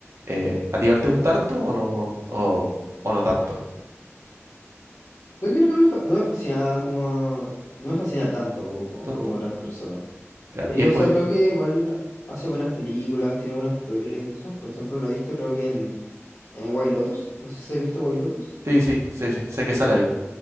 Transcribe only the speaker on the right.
Eh, ¿a ti igual te gusta harto o no, o, o no tanto?
¿Tanto?
Claro,
y ahí
pod-
Sí, sí, sí, sí, sé que sale ahí.